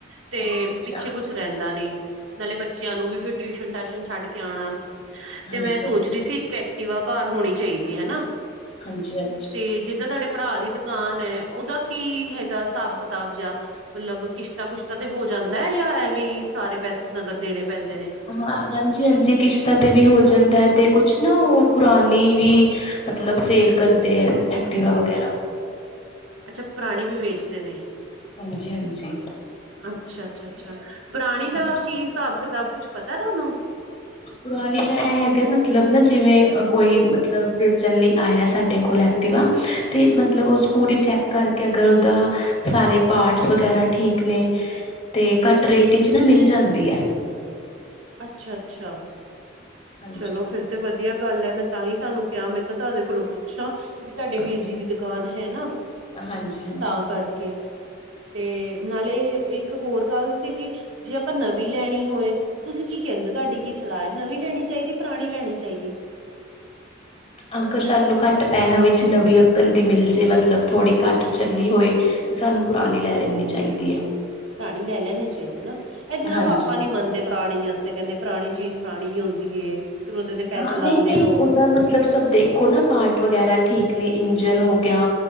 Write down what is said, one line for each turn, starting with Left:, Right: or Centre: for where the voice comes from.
Right: ਤੇ
Left: ਅੱਛਾ-ਅੱਛਾ-ਅੱਛਾ,
Right: ਪਿੱਛੇ ਕੁਛ ਰਹਿੰਦਾ ਨੀ। ਨਾਲੇ ਬੱਚਿਆਂ ਨੂੰ ਵੀ ਫਿਰ ਟਿਊਸ਼ਨ ਟਾਸ਼ਨ ਛੱਡ ਕੇ ਆਉਣਾ ਤੇ
Left: ਹਾਂਜੀ-ਹਾਂਜੀ,
Right: ਮੈਂ ਸੋਚ ਰਹੀ ਸੀ ਇੱਕ ਐ ਕਟਿਵਾ ਘਰ ਹੋਣੀ ਚਾਹੀਦੀ ਹਨਾ
Left: ਹਾਂਜੀ-ਹਾਂਜੀ।
Right: ਤੇ ਜਿੱਦਾਂ ਤੁਹਾਡੇ ਭਰਾ ਦੀ ਦੁਕਾਨ ਹੈ ਉਹਦਾ ਕੀ ਹੈਗਾ ਹਿਸਾਬ ਕਿਤਾਬ ਜਾਂ ਮਤਲਬ ਕਿਸ਼ਤਾਂ ਕੁਸ਼ਤਾ ਤੇ ਹੋ ਜਾ ਜਾਂਦਾ ਹੈ ਜਾਂ ਐਵੇਂ ਹੀ ਸਾਰੇ ਪੈਸੇ ਨਗਦ ਦੇਣੇ ਪੈਂਦੇ ਨੇ
Left: ਹਾਂ ਹਾਂਜੀ -ਹਾਂਜੀ ਕਿਸ਼ਤਾਂ ਤੇ ਵੀ ਹੋ ਜਾਂਦਾ ਹੈ ਤੇ ਕੁਛ ਨਾ ਉਹ ਪੁਰਾਣੀ ਵੀ ਮਤਲਬ ਸੇਲ ਕਰਦੇ ਏ ਐਕਟੀਵਾ ਵਗੈਰਾ
Right: ਅੱਛਾ ਪ੍ਰਾਣੀ ਵੀ ਵੇਚਦੇ ਨੇ
Left: ਹਾਂਜੀ-ਹਾਂਜੀ।
Right: ਅੱਛਾ, ਅੱਛਾ, ਅੱਛਾ ਪੁਰਾਣੀ
Left: ਹਾਂਜੀ
Right: ਦਾ ਕੀ ਹਿਸਾਬ ਕਿਤਾਬ ਕੁਛ ਪਤਾ ਤੁਹਾਨੂੰ?
Left: ਪੁਰਾਨੀ ਤਾਂ ਇਹ ਹੈਗਾ ਮਤਲਬ ਨਾ ਜਿਵੇਂ ਕੋਈ ਮਤਲਬ ਵੇਚਣ ਲਈ ਆਇਆ ਸਾਡੇ ਕੋਲ ਐਕਟਿਵਾ। ਤੇ ਮਤਲਬ, ਉਸ ਪੂਰੀ ਚੈੱਕ ਕਰਕੇ ਅਗਰ ਉਹਦਾ ਸਾਰੇ ਪਾਰਟਸ ਵਗੈਰਾ ਠੀਕ ਨੇ ਤੇ ਘੱਟ ਰੇਟ ਵਿੱਚ ਨਾ ਮਿਲ ਜਾਂਦੀ ਏ।
Right: ਅੱਛਾ, ਅੱਛਾ।
Left: ਹਾਂਜੀ
Right: ਚਲੋ ਫਿਰ ਤੇ ਵਧੀਆ। ਗੱਲ ਹੈ ਮੈਂ ਤਾਂਹੀ ਤੁਹਾਨੂੰ ਕਿਹਾ ਮੈਂ ਕਿਹਾ ਤੁਹਾਡੇ ਕੋਲੋਂ ਪੁੱਛਾਂ ਕਿਉਂਕਿ ਤੁਹਾਡੇ
Left: ਹਾਂ
Right: ਵੀਰਜੀ ਦੀ ਦੁਕਾਨ ਹੈ ਨਾ।
Left: ਹਾਂਜੀ, ਹਾਂਜੀ।
Right: ਤਾਂ ਕਰਕੇ ਤੇ ਨਾਲੇ ਇੱਕ ਹੋਰ ਗੱਲ ਸੀਗੀ ਜੇ ਆਪਾਂ ਨਵੀਂ ਲੈਨੀ ਹੋਏ। ਤੁਸੀਂ ਕੀ ਕਹਿੰਦੇ ਹੋ ਤੁਹਾਡੀ ਕੀ ਸਲਾਹ ਐ ਨਵੀਂ ਲੈਣੀ ਚਾਹੀਦੀ, ਪੁਰਾਣੀ ਲੈਣੀ ਚਾਹੀਦੀ?
Left: ਅਗਰ ਸਾਨੂੰ ਘੱਟ ਪੈਸਿਆਂ ਵਿੱਚ ਨਵੀ ਚੁਕਣ ਦੀ ਮਿਲ ਜੇ ਮਤਲਬ ਥੋੜੀ ਘੱਟ ਚੱਲੀ ਹੋਏ ਤੇ ਸਾਨੂੰ ਪੁਰਾਨੀ ਲੈ ਲੈਣੀ ਚਾਹੀਦੀ ਏ।
Right: ਪੁਰਾਣੀ ਲੈ ਲੈਣੇ ਚਾਹੀਦੇ ਨਾ ਇਹਦੇ ਨਾਲ
Left: ਹਾਂਜੀ
Right: ਪਾਪਾ ਨੀ ਮੰਨਦੇ ਪੁਰਾਣੀ ਆਸਤੇ ਕਹਿੰਦੇ ਪੁਰਾਣੀ ਚੀਜ਼ ਪੁਰਾਣੀ ਹੁੰਦੀ ਏ। ਫਿਰ ਉਹਦੇ ਤੇ ਪੈਸੇ
Left: ਹਾਂ
Right: ਲਾਉਂਦੇ
Left: ਨਹੀਂ, ਨਹੀਂ
Right: ਰਹੋ
Left: ਉਹਦਾ ਮਤਲਬ ਸਭ ਦੇਖੋ ਨਾ ਪਾਰਟ ਵਗੈਰਾ ਠੀਕ ਨੇ ਇੰ ਜਨ ਹੋ ਗਿਆ